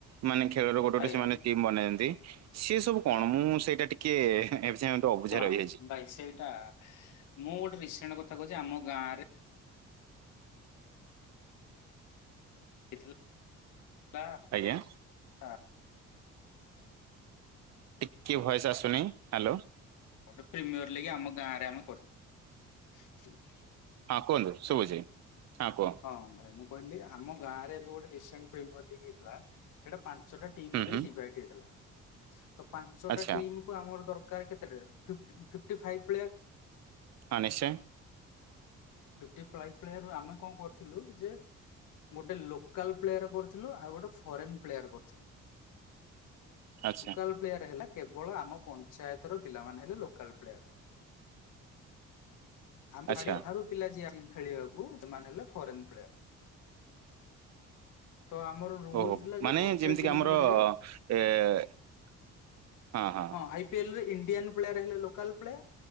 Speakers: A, on the right (about 60°); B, on the left (about 85°).
A: ମାନେ ଖେଳର ଗୋଟେ ଗୋଟେ
B: ଆଜ୍ଞା
A: ସେମାନେ
B: ଆଜ୍ଞା
A: ଟିମ୍ ବନେଇନ୍ତି, ସି ସବୁ କଣ ମୁଁ ସେଇଟା ଟିକେ ଏବେ ଯାଏ ଗୋଟେ ଅବୁଝା
B: ହଁ
A: ରହିଯାଇଛି।
B: ଭାଇ ସେଇଟା ମୁଁ ଗୋଟେ ରିସେଣ୍ଟ କଥା କହୁଛି ଆମ ଗାଁରେ ଏଥିଲ ଲା
A: ଆଜ୍ଞା।
B: ହା
A: ଟିକିଏ ଭଏସ୍ ଆସୁନି। ହ୍ୟାଲୋ।
B: ଗୋଟେ ପ୍ରିମିୟର ଲାଗି ଆମ ଗାଁ ଆଡ଼େ ଆମେ କରି
A: ହଁ କୁହନ୍ତୁ ଶୁଭୁଚି ହଁ କୁହ।
B: ହଁ ଭାଇ ମୁଁ କହିଲି ଆମ ଗାଁରେ ଏବେ ଗୋଟେ ରସେଣ୍ଟ ଫିଲ୍ମ ହେଇଥିଲା ସେଟା ପା ପାଞ୍ଚଟା ଟିମ୍
A: ହୁଁ
B: ଭିତରେ
A: ହୁଁ
B: ଡିଭାଇଡ୍ ହେଇଥିଲା ତ ପାଞ୍ଚଟା
A: ଆଚ୍ଛା।
B: ଟିମ୍ କୁ ଆମର ଦରକାର କେତେରେ ଫି ଫିପ୍ଟି ଫାଇପ୍ ଭଳିଆ
A: ହଁ ନିଶ୍ଚୟ।
B: ଫିପ୍ଟି ଫାଇପ୍ ପ୍ଲେୟାରୁ ଆମେ କଣ କରୁଥିଲୁ ଯେ ଗୋଟେ ଲୋକାଲ ପ୍ଲେୟାର କରୁଥିଲୁ ଆଉ ଗୋଟେ ଫରେନ୍ ପ୍ଲେୟାର କରୁଥିଲୁ।
A: ଆଚ୍ଛା।
B: ଲୋକାଲ ପ୍ଲେୟାର ହେଲା କେବଳ ଆମ ପଞ୍ଚାୟତର ପିଲାମାନେ ହେଲେ ଲୋକାଲ୍ ପ୍ଲେୟାର। ଆମକୁ
A: ଆଚ୍ଛା
B: ଛାଡ଼ିବାକୁ ବାହାରୁ ପିଲା ଯିଏ ଆଣିବେ ଖେଳିବାକୁ ସେମାନେ ହେଲେ ଫରେନ୍ ପ୍ଲେୟାର। ତ ଆମର ରୁଲ୍ସ୍
A: ଓହୋ
B: ଥିଲା
A: ମାନେ
B: ଯେ ଗୋଟେ
A: ଯେମିତିକି
B: ଟିମ୍
A: ଆମର
B: ରେ
A: ଏ <inaudible> ହଁ ହଁ।
B: ଆଇ ପିଏଲ୍ ରେ ଇଣ୍ଡିଆନ୍ ପ୍ଳେୟାର ହେଲେ ଲୋକାଲ ପ୍ଳେୟାର